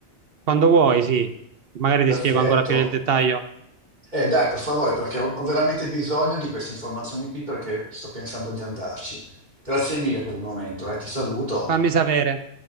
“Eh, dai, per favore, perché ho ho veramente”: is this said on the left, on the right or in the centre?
Right